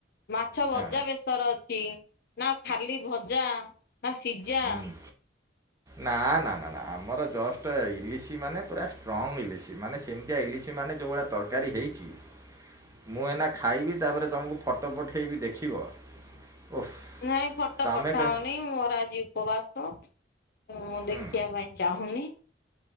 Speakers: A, on the left (about 55°); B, on the right (about 20°).
A: ମାଛ
B: ହଁ,
A: ଭଜା ବେସ ସର ଅଛି। ନା ଖାଲି ଭଜା। ନା ସିଜା
B: ହୁଁ। ନା ନା ନା ନା ଆମର ଜଷ୍ଟ ଇଲିସି ମାନେ ପୁରା ଷ୍ଟ୍ରଙ୍ଗ୍ ଇଲିସି ମାନେ ସେମିତିଆ ଇଲିସି ମାନେ ଯୋଉଭଳିଆ ତରକାରୀ ହେଇଛି ମୁଁ ଏଇନା ଖାଇବି ତାପରେ ତମକୁ ଫଟୋ ପଠାଇବି ଦେଖିବ। ଓଃ
A: ନାଇଁ ଫଟୋ
B: ତମେ
A: ପଠାଅନି
B: କହି
A: ମୋର ଆଜି ଉପବାସ। ମୁଁ
B: ହୁଁ
A: ଦେଖିବା ପାଇଁ ଚାହୁଁନି।